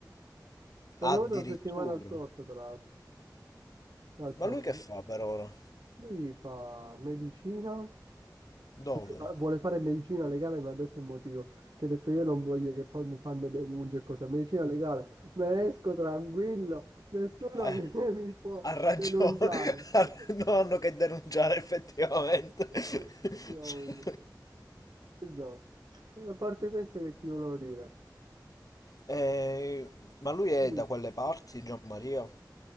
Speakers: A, on the right; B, on the left.
A: È
B: Addirittura.
A: venuto la settimana scorsa, tra l'altro. Tra l'altro.
B: Ma lui che fa per ora?
A: Lui fa medicina,
B: Dove?
A: e fa- vuole fare medicina legale, mi ha detto il motivo, che ha detto io non voglio che poi mi fanno denunce e cosa, medicina legale, me esco tranquillo, nessuno
B: Eh,
A: mi, <laughs> mi può
B: Ha ragione,
A: denunciare.
B: <laughs> ha-
A: <laughs>
B: non hanno che denunciare effettivamente. <laughs>
A: Effettivamente,
B: Cioè,
A: esatto. E a parte questo che ti volevo dire,
B: Eh, ma lui è
A: Dimmi.
B: da quelle parti, Gianmaria?